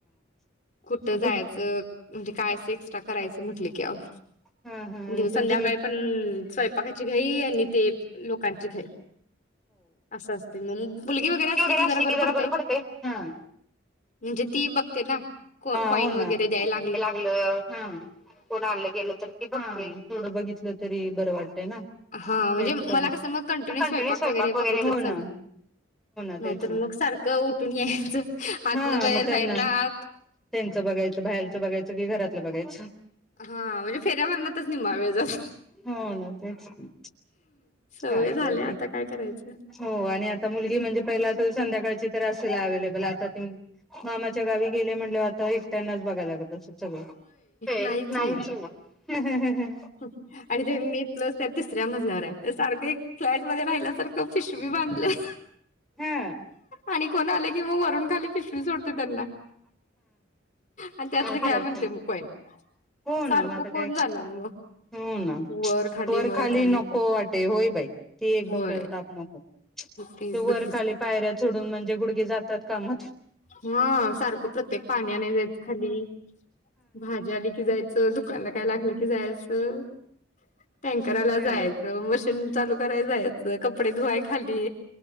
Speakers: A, on the left; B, in the centre.
A: कुठं जायचं
B: तुम
A: <inaudible> काय असं एक्स्ट्रा करायचं म्हटले की ह्यावं
B: हा हा आणि
A: किंवा संध्याकाळी
B: तुमचे
A: पण स्वयंपाकाची घ्याई आणि ते लोकांची घाई असं असत मग मुलगी वगैरे
B: पोरगी
A: की
B: असली कि
A: बरं
B: जरा
A: पडतंय
B: बर पडतय हा
A: म्हणजे ती बघते ना को कॉईन
B: हो ना
A: वगैरे द्यायला
B: लागलं अ कोण आलं गेलं तर ती बघती तेवढं बघितलं तरी बरं वाटतय ना
A: हा म्हणजे
B: एकटं
A: मला कसं मग
B: कंटिन्यू
A: स्वयंपाक
B: स्वयंपा पाक वगैरे
A: बघितलं
B: हो ना
A: चाललं
B: तेच
A: नाहीतर
B: ना
A: मग सारखं उठून यायचं आतनं
B: हा
A: बाहेर
B: मग त्यांना
A: बाहेर ना आत
B: त्यांचं बघायचं, बाहेरचं बघायचं की घरातलं बघायचं.
A: हा म्हणजे फेऱ्या मारण्यातच निंम्मा वेळ जातो
B: हो ना तेच की.
A: सवय
B: काय
A: झाल्या
B: गं बइ
A: आता
B: ग
A: काय करायचं
B: हो आणि आता मुलगी म्हणजे पहिला संध्याकाळची तर असेल अवेलेबल आता त मामाच्या गावी गेले म्हणल्यावर आता एकट्यांनाच बघायला लागत असंल सगळं होय
A: नाहीच
B: नाहीच
A: मग
B: <unintelligible>
A: <unintelligible> आणि ते मी प्लस त्या तिसऱ्या मजल्यावर आहे ते सात आणि ते एक फ्लॅट मध्ये राहिल्यासारखं पीशवी बांधलंय
B: हा
A: आणि कोण आले मी व-वरून खाली पिशवी सोडते त्यांना आणि त्यातलं
B: अच्छा
A: घ्या
B: अच्छा
A: म्हणते मग कॉईन
B: हो ना
A: सारखं
B: म आता
A: कोण
B: काय
A: जाणार मग
B: हो ना
A: वर खाली
B: वरखाली
A: वर खाली
B: नको वाटे होय बाई ती एक
A: होय
B: डोक्याला ताप नको ते
A: तीस बत्तीस
B: वरखाली पायऱ्या चढुन म्हणजे गुडघे जातात कामात
A: ह सारखं प्रत्येक पाण्याने जायचं खाली भाजी आ एकी जायचं दुखायला काय लागलं की जायचं टँकराला
B: हा
A: जायचं मशीन चालू करा जायच कपडे धुवाय खाली